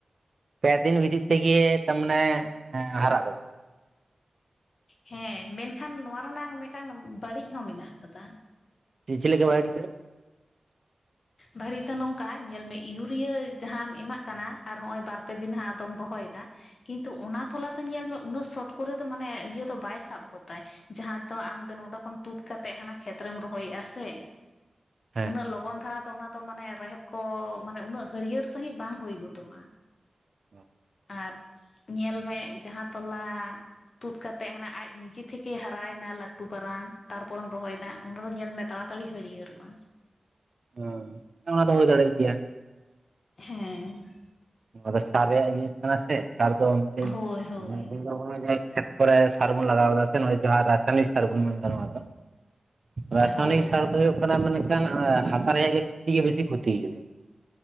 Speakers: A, on the right; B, on the left.
A: ᱯᱮ ᱫᱤᱱ ᱵᱷᱤᱛᱨᱤ ᱛᱮᱜᱮ ᱛᱟᱨᱢᱟᱱᱮ ᱦᱟᱨᱟᱜ ᱜᱚᱫᱚᱜ
B: ᱦᱮᱸ ᱢᱮᱱᱠᱷᱟᱱ ᱱᱚᱣᱟ ᱨᱮᱱᱟᱝ ᱢᱤᱫᱴᱟᱝ ᱵᱟᱹᱲᱤᱡ ᱦᱚᱸ ᱢᱮᱱᱟᱜ ᱟᱠᱟᱫᱟ
A: ᱪᱮ ᱪᱮᱫ ᱞᱮᱠᱟ ᱵᱰᱤ ᱫᱚ <inaudible>
B: ᱵᱟᱹᱲᱤᱡ ᱫᱚ ᱱᱚᱝᱠᱟ ᱧᱮᱞ ᱢᱮ ᱤᱭᱩᱨᱤᱭᱟᱹ ᱡᱟᱦᱟᱸᱟᱢ ᱮᱢᱟᱜ ᱠᱟᱱᱟ ᱟᱨ ᱱᱚᱜ ᱚᱚᱭ ᱵᱟᱨ ᱯᱮ ᱫᱤᱱ ᱦᱟᱸᱜ ᱟᱫᱚᱢ ᱨᱚᱦᱚᱭᱮᱫᱟ ᱠᱤᱱᱛᱩ ᱚᱱᱟ ᱛᱟᱞᱟᱛᱮ ᱧᱮᱞ ᱢᱮ ᱩᱱᱟᱹᱜ ᱥᱚᱴ ᱠᱚᱨᱮ ᱫᱚ ᱢᱟᱱᱮ ᱤᱭᱟᱹ ᱫᱚ ᱵᱟᱭ ᱥᱟᱵ ᱜᱚᱫᱟᱭ ᱡᱟᱦᱟᱸ ᱫᱚ ᱟᱢ ᱫᱚ ᱱᱚᱰᱮ ᱠᱷᱚᱱ ᱛᱩᱫ ᱠᱟᱛᱮᱜ ᱦᱟᱱᱟ ᱠᱷᱮᱛᱨᱮᱢ ᱨᱚᱦᱚᱭᱮᱫᱼᱟ ᱥᱮ
A: ᱦᱮᱸ
B: ᱩᱱᱟᱹᱜ ᱞᱚᱜᱚᱱ ᱫᱷᱟᱨᱟ ᱛᱚ ᱚᱱᱟ ᱫᱚ ᱢᱟᱱᱮ ᱨᱮᱦᱮᱫ ᱠᱚ ᱢᱟᱱᱮ ᱩᱱᱟᱹᱜ ᱦᱟᱹᱨᱭᱟᱹᱲ ᱥᱟᱺᱦᱤᱡ ᱵᱟᱝ ᱦᱩᱭ ᱜᱚᱫᱚᱜᱼᱟ
A: ᱦᱚᱸ
B: ᱟᱨ ᱧᱮᱞ ᱢᱮ ᱡᱟᱦᱟᱸ ᱛᱚᱞᱟ ᱛᱩᱫ ᱠᱟᱛᱮᱜ ᱦᱟᱱᱮ ᱟᱡ ᱱᱤᱡᱮ ᱛᱷᱮᱠᱮ ᱦᱟᱨᱟᱭᱱᱟ ᱞᱟᱹᱴᱩ ᱯᱟᱨᱟᱱ ᱛᱟᱨᱯᱚᱨᱮᱢ ᱨᱚᱦᱚᱭ ᱫᱟ ᱚᱸᱰᱮ ᱫᱚ ᱧᱮᱞ ᱢᱮᱮ ᱛᱟᱲᱟ ᱛᱟᱲᱤ ᱦᱟᱹᱲᱭᱟᱹᱲᱚᱜᱼᱟ
A: ᱦᱟᱸ ᱚᱱᱟ ᱫᱚ ᱦᱩᱭ ᱫᱟᱲᱮᱭᱟᱜ ᱜᱮᱭᱟ
B: ᱦᱮᱸ
A: ᱱᱚᱣᱟ ᱫᱚ ᱥᱟᱨ ᱨᱮᱭᱟᱜ ᱡᱤᱱᱤᱥ ᱠᱟᱱᱟ ᱥᱮ ᱥᱟᱨ ᱫᱚ ᱚᱱᱛᱮ
B: ᱦᱳᱭ ᱦᱳᱭ
A: <unintelligible> <unintelligible> ᱠᱚ ᱥᱟᱨ ᱵᱚᱱ ᱞᱟᱜᱟᱣ ᱮᱫᱟ ᱥᱮ ᱡᱚᱦ ᱨᱟᱥᱟᱭᱚᱱᱤᱠ ᱥᱟᱨ ᱵᱚᱱ ᱢᱮᱱᱫᱟ ᱱᱚᱣᱟ ᱫᱚ ᱨᱟᱥᱟᱭᱚᱱᱤᱠ
B: ᱦᱳᱭ
A: ᱥᱟᱨ ᱫᱚ ᱦᱩᱭᱩᱜ ᱠᱟᱱᱟ ᱢᱮᱱᱠᱷᱟᱱ ᱦᱟᱥᱟ ᱨᱮᱭᱟᱜ ᱜᱮ ᱠᱷᱚᱛᱤ ᱜᱮ ᱵᱮᱥᱤ ᱠᱷᱚᱛᱤᱟᱭ